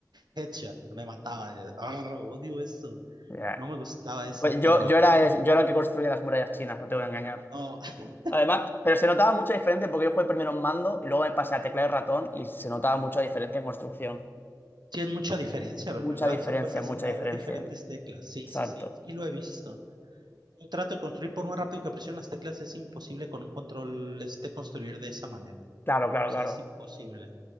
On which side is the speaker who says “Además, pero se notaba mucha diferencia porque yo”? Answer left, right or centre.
Left